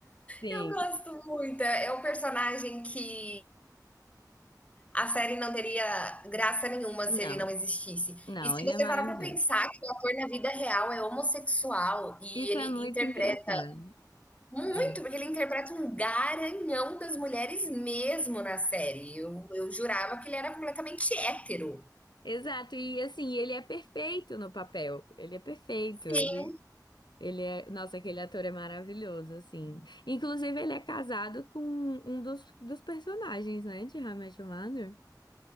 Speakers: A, on the left; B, on the left.
A: Sim.
B: Eu gosto muito. É é um personagem que A série não teria graça nenhuma
A: Não,
B: se ele não existisse.
A: não,
B: E se
A: ele
B: você
A: é maravilhoso.
B: parar para pensar que o ator na vida real é homossexual e
A: Isso
B: ele
A: é muito
B: interpreta
A: engraçado.
B: muito,
A: É.
B: porque ele interpreta um garanhão das mulheres mesmo na série. Eu, eu jurava que ele era completamente hétero.
A: Exato, e assim, ele é perfeito no papel. Ele é perfeito.
B: Sim.
A: Ele Ele é, nossa, aquele ator é maravilhoso, assim. Inclusive, ele é casado com um dos, dos personagens, né, de How I Met Your Mother.